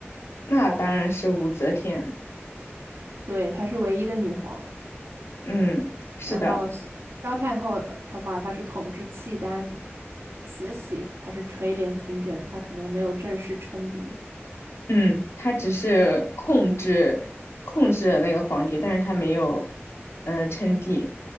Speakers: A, on the left (about 80°); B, on the right (about 80°).
A: 那当然是武则天。
B: 对，她是唯一的女皇。
A: 嗯，是的，
B: 然后萧萧太后呃的话，她是统治契丹；慈禧她是垂帘听政，她可能没有正式称帝，
A: 嗯，他只是控制控制了那个皇帝，但是他没有嗯、呃称帝。